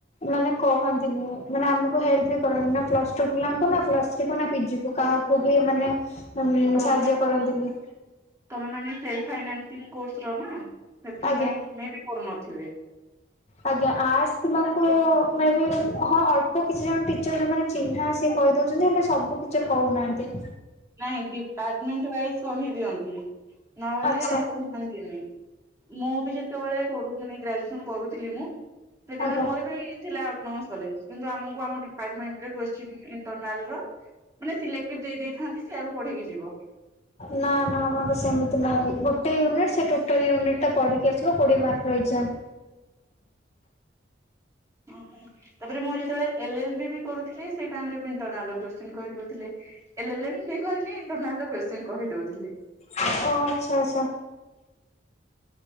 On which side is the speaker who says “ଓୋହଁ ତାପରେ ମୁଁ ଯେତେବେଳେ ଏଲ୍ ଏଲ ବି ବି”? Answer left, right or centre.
Right